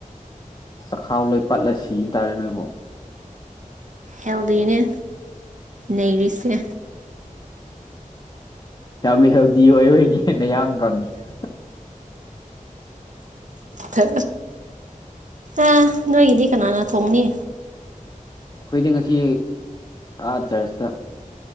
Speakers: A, on the left; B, on the right.
A: ꯆꯈꯥꯎ ꯂꯣꯏ ꯄꯠꯂ ꯁꯤꯕ ꯇꯥꯔꯦ ꯅꯣꯏꯕꯨ
B: ꯍꯦꯜꯗꯤꯅꯤ ꯅꯔꯤꯁꯦ
A: ꯌꯥꯝꯃꯤ ꯍꯧꯖꯤ ꯑꯣꯏ ꯍꯣꯏꯅꯤꯅꯍꯡ ꯀꯪꯉꯁꯨ
B: ꯊ ꯑꯦ ꯅꯣꯏꯒꯤꯗꯤ ꯀꯅꯥꯅ ꯊꯣꯡꯅꯤ
A: ꯑꯩꯈꯣꯏꯗꯤ ꯉꯁꯤ ꯑꯥ ꯆꯔꯆꯇ